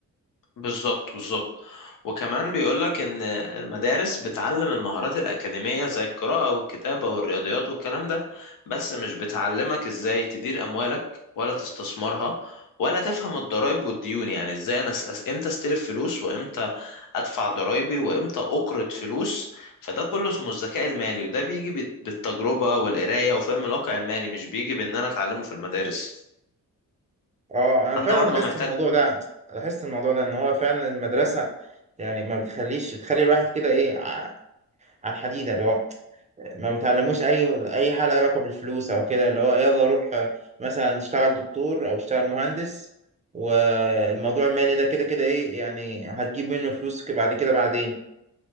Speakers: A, on the left; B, on the right.
A: بالظبط بالظبط وكمان بيقولك ان المدارس بتعلم المهارات الاكاديميه زي القراءه والكتابه والرياضيات والكلام ده بس مش بتعلمك ازاي تدير اموالك ولا تستثمرها ولا تفهم الضرائب والديون يعني ازاي انا أس... أس- امتى استلف فلوس وامتى ادفع ضرائبي وامتى اقرض فلوس فده كله اسمه الذكاء المالي وده بيجي بت- بالتجربه والقرايه وفهم الواقع المالي مش بيجي بان انا اتعلمه في المدارس
B: اه انا فعلا
A: انت برضو
B: لاحظت
A: محتاج
B: الموضوع ده لاحظت الموضوع ده ان هو فعلا المدرسة يعني ما بتخليش بتخلي الواحد كده ايه ع- على الحديدة لو ما بتعلموش اي اي حاجه لها علاقه بالفلوس او كده اللي هو يلا روح آه، مثلا اشتغل دكتور او اشتغل مهندس والموضوع المالي ده كده كده ايه يعني هتجيب منه فلوس ك- بعد كده بعدين